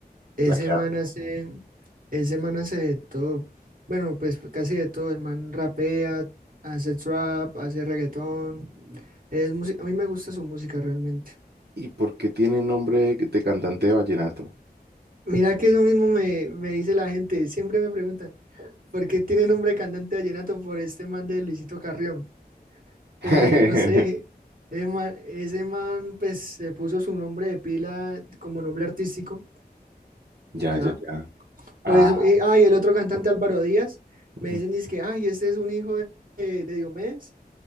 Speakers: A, on the right; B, on the right.
A: Ese
B: la que
A: man
B: habla.
A: hace, ese man hace de todo, bueno, pues casi de todo. El man rapea, hace trap, hace reggaetón. Es música, a mí me gusta su música realmente.
B: ¿Y por qué tiene nombre de cantante de vallenato?
A: Mira que eso mismo me, me dice la gente, siempre me preguntan. porque tiene nombre de cantante de vallenato por este man de Luisito Carrión.
B: <laughs>
A: Eh, no sé, ese man, ese man, pues se puso su nombre de pila como nombre artístico,
B: Ya,
A: ya.
B: ya, ya.
A: Por
B: Ah,
A: eso, eh, ah, y el otro cantante Álvaro Díaz,
B: ujú.
A: me dicen, que ay, este es un hijo de, de Diomedes.